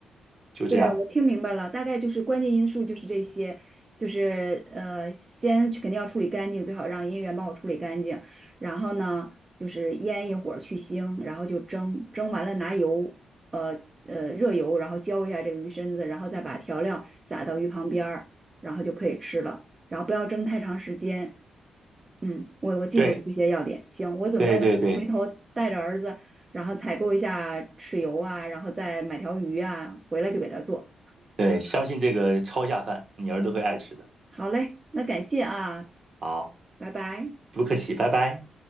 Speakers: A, on the right; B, on the right.
A: 就这样。
B: 对，我听明白了，大概就是关键因素就是这些，就是呃，先肯定要处理干净，最好让音源帮我处理干净。然后呢，就是腌一会儿去腥，然后就蒸，蒸完了拿油，呃呃热油，然后浇一下这个鱼身子，然后再把调料撒到鱼旁边儿，然后就可以吃了。然后不要蒸太长时间。嗯，我我记住了这些要点。
A: 对
B: 行，我准备回头带着儿子。
A: 对对对
B: 然后采购一下豉油啊，然后再买条鱼啊，回来就给他做。
A: 对，相信这个超下饭，你儿子会爱吃的。
B: 好嘞，那感谢啊，
A: 好，
B: 拜拜。
A: 不客气，拜拜。